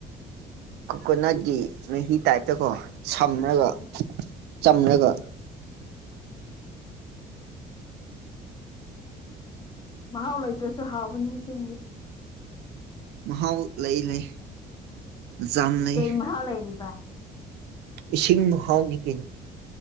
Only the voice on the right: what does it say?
ꯀꯣꯀꯣꯅꯠꯀꯤ ꯃꯍꯤ ꯇꯥꯏꯞꯇ ꯀꯣ ꯁꯝꯃꯒ
ꯆꯝꯂꯒ
ꯃꯍꯥꯎ ꯂꯩ ꯂꯩ ꯖꯥꯝ ꯂꯩ
ꯏꯁꯤꯡ ꯃꯍꯥꯎꯅꯤ ꯀꯩꯅꯣ